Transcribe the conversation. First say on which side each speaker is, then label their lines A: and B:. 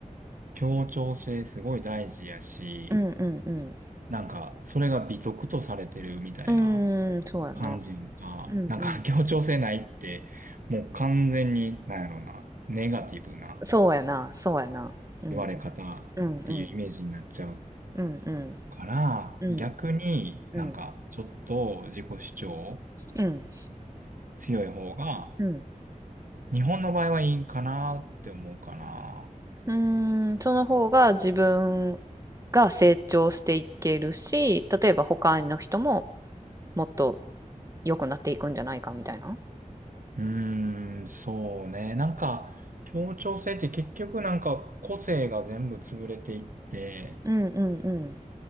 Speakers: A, on the right; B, on the right.
A: 協調性すごい大事やし、
B: うんうんうん
A: なんか、それが美徳とされてるみたいな
B: うん。うーん、そうやな。
A: 感じが、
B: うんうん。
A: なんか協調性ないって、もう完全に、なんやろうな、ネガティブな
B: そうやな、そうやな。うん、
A: 言われ方っていうイメージになっちゃう
B: うんうん、うんうん。
A: から、
B: うん、
A: 逆になんか、
B: うん、
A: ちょっと自己主張
B: うん。
A: 強い方が、
B: うん。
A: 日本の場合はいいんかなって思うかな。
B: うーん、その方が自分が成長していけるし、例えば他の人ももっと良くなっていくんじゃないかみたいな。
A: うーん、そうね。なんか、協調性って結局なんか個性が全部潰れていって、
B: うんうんうん。